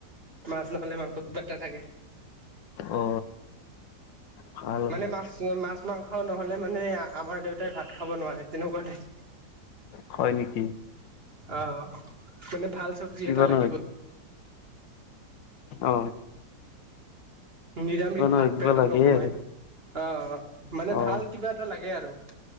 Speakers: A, on the right; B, on the left.
A: মাছ নহ'লে মাংস কিবা এটা থাকে।
B: অ ভাল
A: মানে
B: ভাল
A: মাছ, মাছ - মাংস ন'হলে মানে আ আমাৰ দেউতাই ভাত খাব নোৱাৰে তেনেকুৱা টাইপ।
B: হয় নেকি?
A: অহ মানে ভাল চব্জি
B: কিবা
A: এটা লাগিবই।
B: নহয় অ।
A: নিৰামিষ
B: কিবা নহয়
A: ভাত
B: কিবা
A: পেটত
B: লাগে
A: নোসোমাই,
B: আৰু
A: অ মানে
B: অ
A: ভাল কিবা এটা লাগে আৰু।